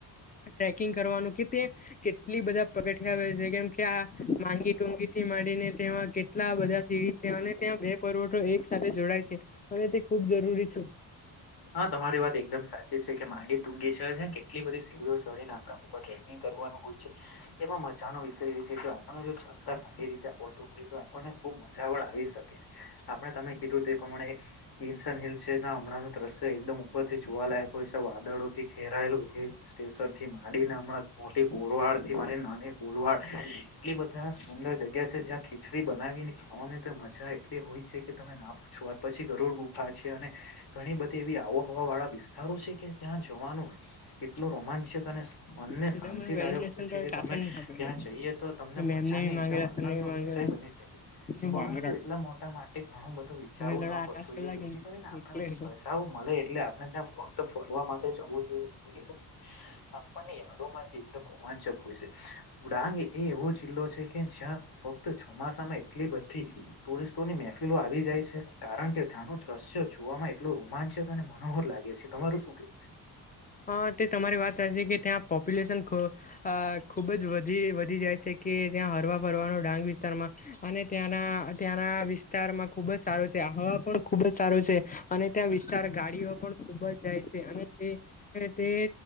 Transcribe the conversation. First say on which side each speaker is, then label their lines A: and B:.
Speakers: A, on the left; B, on the left.
A: ટ્રેકિંગ કરવાનું કે તે કેટલી બધા પગથિયાં આવે છે કેમ કે આ માંગી ટુંગી થી માંડીને તેમાં કેટલા બધા સિરીઝ છે અને ત્યાં બે <unintelligible> પરવઠો એક સાથે જોડાય છે હવે તે ખૂબ જરૂરી છે.
B: હા તમારી વાત એકદમ સાચી છે કે માંગી તુંગી છે જ્યાં કેટલી બધી સીડીઓ ચડીને આપણા ઉપર ટ્રેકિંગ કરવાનું હોય છે એમાં મજાનો વિષય એ છે કે આપણને જો ચડતા સારી રીતે આવડતું હોય તો આપણને ખૂબ બ મજા પણ આવી શકે છે આપણે તમે કીધું તે પ્રમાણે વિન્સન હિલ છે ત્યાં હમણાંનું દ્રશ્ય એકદમ ઉપરથી જોવાલાયક હોય છે વાદળોથી ઘેરાયેલું હિલ સ્ટેશનથી માંડીને હમણાં મોટી કોલવાડથી માડીને નાની કોલવાડ એટલી બધા સુંદર જગ્યા છે જ્યાં ખીચડી બનાવીને ખાવાની તો મજા એટલી હોય છે કે તમે ના પૂછો વાત પછી ગરોડ ગુફા છે અને ઘણી બધી એવી આબોહવા વાળા વિસ્તારો છે કે ત્યાં જવાનું એટલો રોમાંચક અને મનને
A: છેલ્લે
B: શાંતિદાયક
A: મને વેલિડેશન
B: હોય છે કે
A: ટાસન
B: તમે
A: નહીં આપેલું
B: ત્યાં જઈએ તો તમને મજા
A: મેમને બી
B: ને એકદમ
A: માંગેલા
B: આનંદનો
A: સરને બી માંગેલા
B: વિષય બની શકે
A: વાંદરા
B: પરંતુ એટલા મોટા માટે ઘણું બધું વિચારવું
A: તમે લડા
B: ન
A: આટાસ
B: પછું જોઈએ
A: કલાક
B: જેથી કરીને આપણે
A: એટલે
B: પૈસાઓ મળે એટલે આપણે ત્યાં ફ તો ફરવા માટે જવું જોઈએ <unintelligible> આપણની યાદો માંથી એકદમ રોમાંચક હોય છે ડાંગ એ એવો જિલ્લો છે કે જ્યાં ફક્ત ચોમાસામાં એટલી બધી ટૂરિ સ્ટોની મહેફિલો આવી જાય છે કારણ કે ત્યાંનું દ્રશ્ય જોવામાં એ એટલું રોમાંચક અને મનોહર લાગે છે તમારું શું કેવું છે
A: હા તે તમારી વાત સાચી કે ત્યાં પોપ્યુલેશન ખ અ ખૂબ જ વધી વધી જાય છે કે ત્યાં હરવા ફરવાનો ડાંગ વિસ્તારમાં અને ત્યાંના ત્યાંના વિસ્તારમાં ખુબ જ સારું છે હવા પણ ખુબ જ સારું છે અને ત્યાં વિસ્તાર ગાડીઓ પણ ખુબ જ જાય છે અને તે અને તે